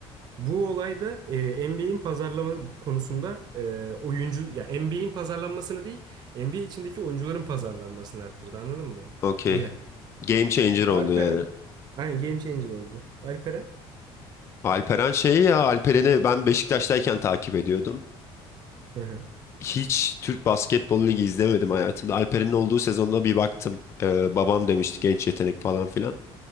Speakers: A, on the right; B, on the left.
A: Bu olay da e, NBA'in pazarlama konusunda e, oyuncu ya NBA'in pazarlanmasını değil, NBA içindeki oyuncuların pazarlanmasını arttırdı. Anladın mı?
B: Okey.
A: Bu yani.
B: Game changer
A: Mesela
B: oldu
A: Alperen.
B: yani.
A: Aynen game changer oldu. Alperen.
B: Alperen şey ya Alperen'i ben Beşiktaş'tayken takip ediyordum.
A: Hı hı.
B: Hiç Türk Basketbol Ligi izlemedim hayatımda. Alperen'in olduğu sezonda bir baktım. Ee, babam demişti genç yetenek falan filan.